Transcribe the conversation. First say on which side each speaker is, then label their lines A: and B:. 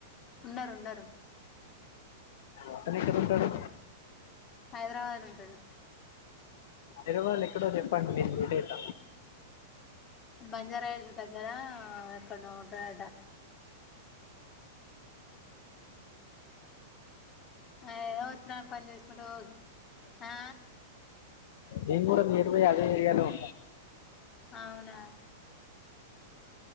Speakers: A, on the left (about 30°); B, on the left (about 65°).
A: ఉన్నారు ఉన్నారు
B: అతను ఎక్కడ ఉంటాడు
A: హైదరాబాద్ లో ఉంటడు
B: ఎరవళ్ళు ఎక్కడో చెప్ప నేన్ మీట్ అయిత
A: బంజారా హిల్ దగ్గర ఎక్కన ఉంటడ ఆ ఏదో ఇ పని చేసుకుంట ఆ
B: నేను కూడ నయర్ బై అదే చేయాలి అంట
A: అవునా